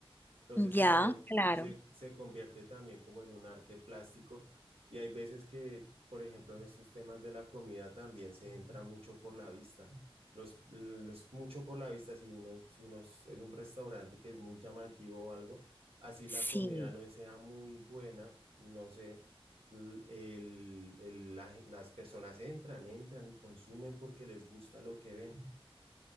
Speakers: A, on the right; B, on the left.
A: Entonces se
B: Ya,
A: también
B: claro.
A: se, se convierte también como en un arte plástico y hay veces que, por ejemplo, en estos temas de la comida también se entra mucho por la vista. Los, es mucho por la vista, si uno, si uno es es un restaurante que es muy llamativo o algo, así la
B: Sí.
A: comida no sea muy buena, no sé, l- el- el- la- las personas entran, entran y consumen porque les gusta lo que ven.